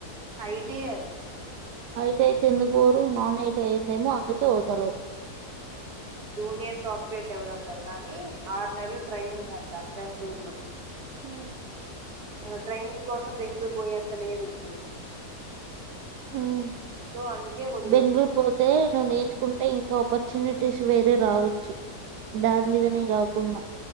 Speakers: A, on the right; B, on the right.
A: ఐ టీ ఏ అది
B: ఐ టీ అయితే ఎందుకు వోరు నాన్ ఐ టీ అయ్యిందేమో అందుకే వోతలేవు
A: జూనియర్ సాఫ్ట్వేర్ డెవలపర్ గానీ ఆరు నెలలు ట్రైనింగ్ అంట బెంగళూరు లో
B: ఊ
A: నేను ట్రైనింగ్ కోసం బెంగళూరు పోయేంత లేదు ఇప్పుడు
B: హ్మ్
A: సో అందుకే వదులుడు
B: బెంగళూరు పోతే నువ్వు నేర్చుకుంటే ఇంకా ఆపర్చునిటీస్ వేరే రావచ్చు దాన్ మీదనే కాకుండా